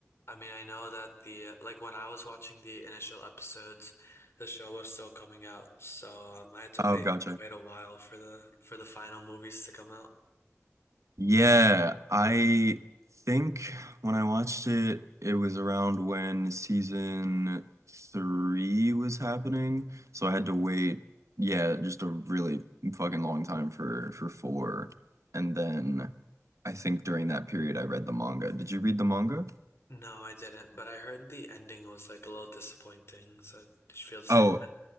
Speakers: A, on the left; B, on the right.
A: I mean, I know that the like when I was watching the initial episodes, the show was still coming out, so um, I had to
B: Oh,
A: wait
B: gotcha.
A: quite a while for the for the final movies to come out.
B: Yeah, I think when I watched it, it was around when season three was happening, so I had to wait, yeah, just a really fucking long time for for four, and then I think during that period I read the manga. Did you read the manga?
A: No, I didn't, but I heard the ending was like a little disappointing. So did you feel the same
B: Oh,
A: way?